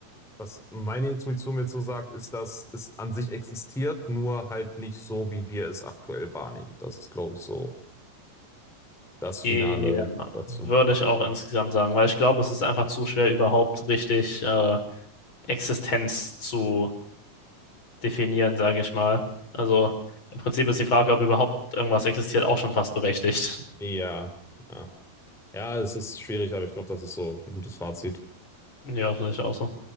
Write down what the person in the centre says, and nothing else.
Was meine Intuition mir so sagt, ist, dass es an sich existiert, nur halt nicht so, wie wir es aktuell wahrnehmen. Das ist, glaube ich, so das
Finale dazu.
Ja, ja. Ja, es ist schwierig, aber ich glaube, das ist so ein gutes Fazit.